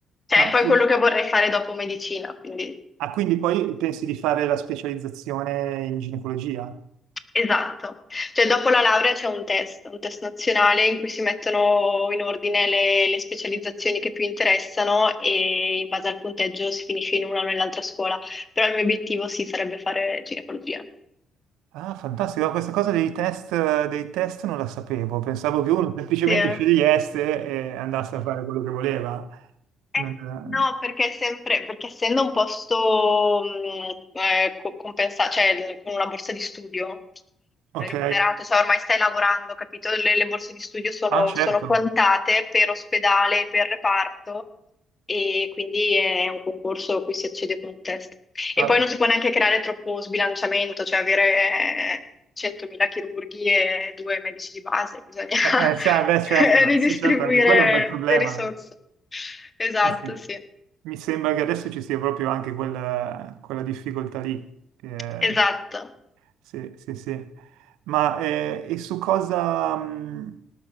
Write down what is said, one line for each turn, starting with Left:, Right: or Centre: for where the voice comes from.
Left: Cioè,
Right: Ma
Left: è poi
Right: su...
Left: quello che vorrei fare dopo medicina, quindi...
Right: Ah, quindi poi pensi di fare la specializzazione in ginecologia?
Left: Esatto, cioè dopo la laurea c'è un test, un test nazionale in cui si mettono in ordine le, le specializzazioni che più interessano e in base al punteggio si finisce in una o nell'altra scuola, però il mio obiettivo sì sarebbe fare ginecologia.
Right: Ah, fantastico, questa cosa dei test, dei test non la sapevo, pensavo che uno semplicemente
Left: Sì, eh.
Right: scegliesse e andasse a fare quello che voleva.
Left: Eh,
Right: Non-
Left: No,
Right: eh,
Left: perché, è sempre, perché essendo un posto mh, eh, co- compensa- cioè l- con una borsa di studio
Right: Ok,
Left: remunerato, cioè ormai stai lavorando, capito? Le, le borse di studio sono,
Right: ah certo,
Left: sono quantate per ospedale, per reparto e quindi è un concorso a cui si accede con un test. E
Right: Ah,
Left: poi non si può neanche creare troppo sbilanciamento, cioè avere eh, 100.000 chirurghi e due medici di base, bisogna <laughs>
Right: eh, eh, sì, ah, beh certo,
Left: ridistribuire
Right: sì certo, anche quello è un bel problema.
Left: le risorse. Esatto,
Right: Ah, sì.
Left: sì,
Right: Mi sembra che adesso ci sia proprio anche quella, quella difficoltà lì. Eh,
Left: esatto.
Right: sì, sì, sì. Ma eh, e su cosa, mh,